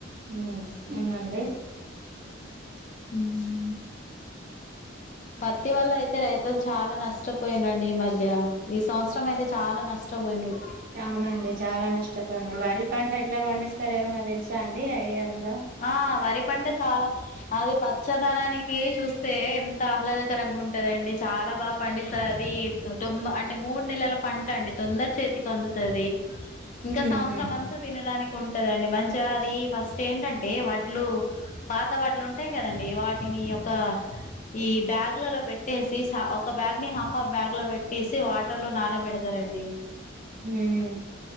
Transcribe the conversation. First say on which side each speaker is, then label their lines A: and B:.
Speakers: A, on the right; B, on the left.
A: హమ్ హమ్ అండి
B: హమ్ పత్తి వల్ల అయితే రైతులు చాలా పోయాడ్రండి ఈ మధ్య ఈ సంవత్సరం అయితే చాలా నష్టపోయిండ్రూ
A: అవునండి చాలా వరి పంట ఎట్ల పండిస్తారు ఏమైన్నా తెలుసా అండి ఐడియా ఉందా
B: ఆ వరి పంట చాలా అది పచ్చదనానికి చూస్తే ఎంత ఆహ్లాదకరంగా ఉంటదండి చాలా బాగా పండిస్తారు అది తొమ్ అంటే మూడు నెలల పంట అండి తొందర చేతికి అందుతది ఇంకా
A: ఉహు
B: సంవత్సరం అంతా తినడానికి ఉంటదండి మంచిగా అది ఫస్ట్ ఏంటంటే అంటే వడ్లు పాత వడ్లు ఉంటాయి కదండీ వా ననియ ఒక ఈ బ్యాగ్లలో పెట్టేసి ఒక బ్యాగ్ ని హాఫ్ బ్యాగ్ లో పెట్టేసి వాటర్ లో నానబెడ సరే అండి
A: హమ్